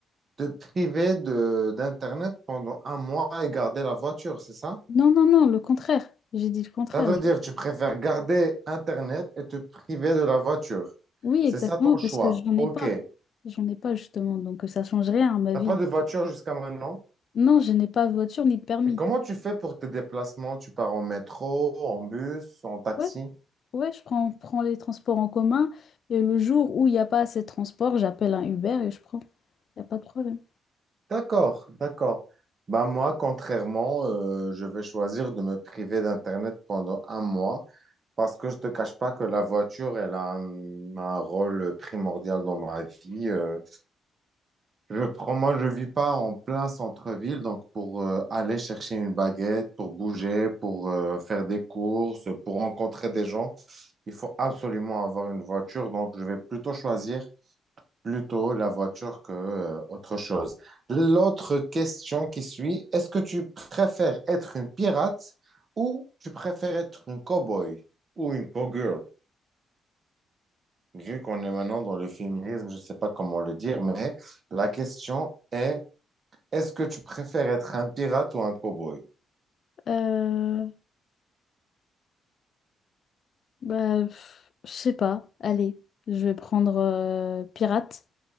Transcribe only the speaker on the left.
Non, non, non, le contraire. J'ai dit le contraire.
Oui,
exactement,
parce que j'en
ai pas.
J'en ai pas, justement, donc euh, ça change rien à ma
vie.
Non, je n'ai pas de voiture ni de permis.
Ouais, ouais, je prends, prends les transports en commun et le jour où il n'y a pas assez de transport, j'appelle un Uber et je prends. Il n'y a pas de problème.
Euh, bah, pff, je sais pas. Allez, je vais prendre euh, Pirate.